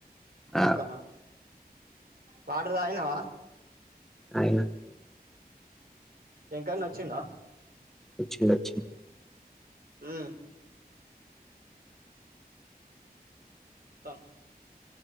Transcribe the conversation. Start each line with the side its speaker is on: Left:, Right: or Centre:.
Right: ఒతన
Centre: ఆ!
Right: వాటర్ తాగినావ
Centre: తాగిన
Right: వెంకన్న వచ్చిండ
Centre: వచ్చిండు వచ్చిండు
Right: ఉమ్మ్ తం